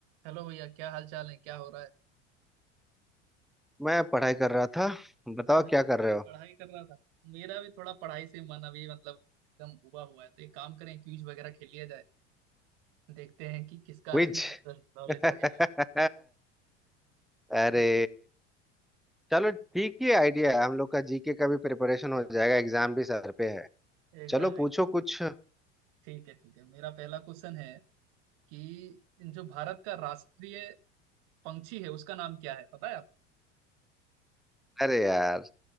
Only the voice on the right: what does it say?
Hello भैया क्या हाल चाल है क्या हो रहा है
अरे
पढ़ाई कर रहा था मेरा भी थोड़ा पढ़ाई से मन अभी मतलब एकदम उबा हुआ है तो एक काम करें क्विज वगैरह खेल लिया जाए देखते हैं कि किसका
<laughs> जनरल नॉलेज
वगैरह अच्छा
है
<laughs> एकदम
एक
ठीक है ठीक है मेरा पहला क्वेश्चन है कि जो भारत का राष्ट्रीय पंछी है उसका नाम क्या है पता है आपको